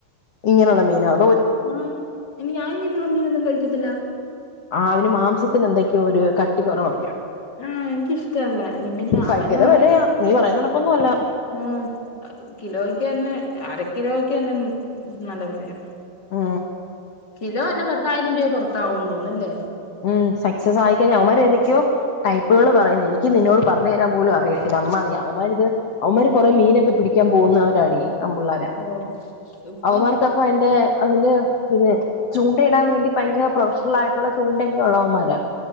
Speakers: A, on the left; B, on the left.
A: ഇങ്ങനെയുള്ള മീനാോ
B: ആഹ ഇനി ഞൻ ഇങ്ങനെയുള്ള മീനൊന്നും കഴിക്കത്തില്ല
A: ആ അതിന് മാംസത്തിന് എന്തൊക്കെയോ ഒരു കട്ടി കുറവാ
B: ആഹ എനിക്കിഷ്ടല്ല ഇനി പിന്നെ
A: ഭയങ്കര
B: അവന
A: വിലയാ നീ പറയുന്ന കണക്കൊന്നും അല്ല
B: ആ കിലോയ്ക്ക്തന്നെ അരക്കിലോക്ക തന്നെ നല്ല വിലയാണ്
A: ആ
B: കിലോ അല്ല പത്തായിരം രൂപ പുറത്ത ആ ഒണ്ടുന്നില്ലേ
A: ഉം സക്സസ് ആയിക്കഴിഞ്ഞ അവന്മാര് ഏതൊക്കെയോ ടൈപ്പുകൾ പറയുന്നു എനിക്ക് നിന്നോട് പറഞ്ഞു തരാൻ പോലും അറിയത്തില്ല അമ്മാതിരി അവമ്മാരിത് അവമാര് കൊറെേ മീനൊക്കെ പിടിക്കാൻ പോകുന്നവരാടി ന പിള്ളോര
B: ഓ ഇപ്പൊ
A: അവന്മാർക്കപ്പ അതിന്റെ അതിന് പിന്നെ ചൂണ്ടയിടാൻ വേണ്ടി ഭയങ്കര പ്രൊഫഷണൽ ആയിട്ടുള്ള ചൂണ്ടക്കെ ഉള്ളാവൻ മാരാ